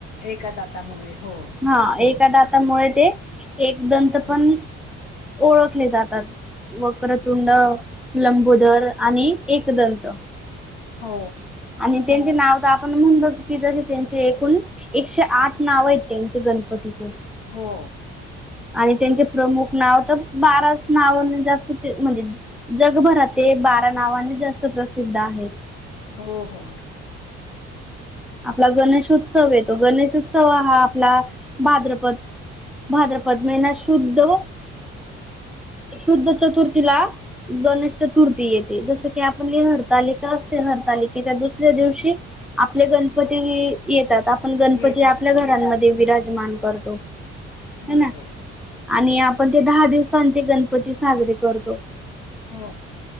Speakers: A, on the left; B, in the centre.
A: एका दातामुळे हो
B: हा एका दातामुळे ते एक दंत पण
A: हो
B: ओळखले जातात वक्रतुंड लंबोदर आणि एक दंत
A: हो
B: आणि त्यांचे नाव तर आपण म्हणलोच की जसे त्यांचे एकूण एकशे आठ नाव आहेत त्यां गणपतीचे
A: हो
B: आणि त्यांचे प्रमुख नाव तर बाराच नाव जास्त ते म्हणजे जगभरातील ते बारा नावाने जास प्रसिद्ध आहेत
A: हो हो
B: आपला गणेशोत्सव येतो गणेशोत्सव हा आपला भाद्रपद भाद्रपद महिना शुद्ध शुद्ध चतुर्थीला गणेश चतुर्थी येते जस की आप हरतालिका असते हरतालिकेच्या दुसऱ्या दिवशी आप गण गणपती येतात आपण गणपती
A: येतात
B: आपल्या
A: बरोबर
B: घरांमध्ये विराजमान करतो ह
A: बरोबर
B: ना आणि आपण ते दहा दिवसांचे गणपती साजरे करतो
A: हो